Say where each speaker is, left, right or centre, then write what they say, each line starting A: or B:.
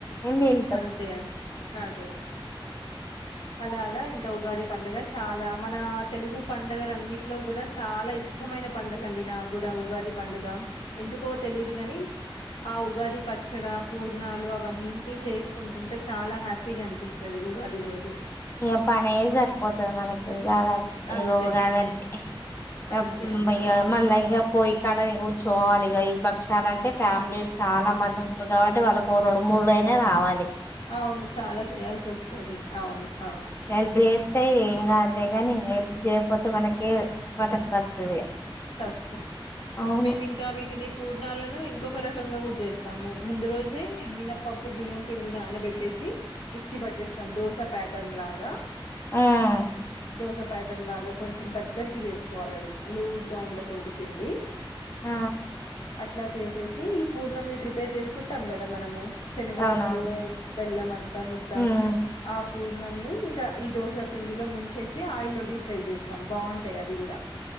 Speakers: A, on the left (about 30°); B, on the left (about 80°).
A: ఏం తింటాంఉం
B: అంతే అదే అలా అలా ఇంకా ఉగాది పంండగ చాలా మన తెలుగు పండగల అన్నింటిలో కూడా చాలా ఇష్టమైన పండుగ అండి నాకు కూడా ఉగాది పండుగ ఎందుకో తెలియదు కాని ఆ ఉగాది పచ్చడి పూర్ణాలు అవన్నీ చేసుకుంటుంటే చాలా హ్యాపీగా అనిపిస్తుంది ఉగాది రోజు
A: ఇగ పనే సరిపోతది మనకు ఉగాదే
B: అంతే
A: ఇగో ఉగా దంటే యప్
B: అంతే అంతే
A: ఇగ మళ్ల ఇగ పోయ్ ఇక్కడ నువ్ కూచో వాలి ఇగ ఐదుబక్షాల అంటే ఫ్యామిలీ చాలా మంది ఉంటారు కాబట్టి వాళ్ళకి రెండు మూడుయినా రావాలి
B: అవును చాలా చేయాల్సి వస్తది అవును ఆ
A: ఏ ల్ప్ ఏస్ తే ఏం కాదులే కాని హెల్ప్ చేయపోతే మనకే బ టన్ పడుతది
B: కష్టం
A: అవును
B: మేము ఇంకా వీటిని పూర్ణాలన్ ను ఇంకొక రకంగా కూడా చేస్తాము ముందు రోజే మినప్పప్పు బియ్యం పిండిని నానబెట్టేసి మిక్సీ పెట్టేస్తాం దోస పాట్ ట్టన్ లాగా
A: ఉమ్
B: దోస ప్యాటర్న్ లాగా కొంచెం దగ్గరికి చేసుకోవాలి ఆది లూజ్ గా ఉండకూడదు పిండి
A: ఆ
B: అట్లా చేసేసి ఈ పూర్ణమిని ప్రిపేర్ చేసుకుంటాం కదా మనము శనగపప్పు
A: అవునవును
B: బెల్లం అంతా ముద్ద
A: ఉమ్
B: ఆ పూర్ణంని ఇంకా ఈ దోస పిండిలో ముంచేసి ఆయిల్లో డీ ఫ్రై చేస్తాం బాగుంటాయి అవి కూడా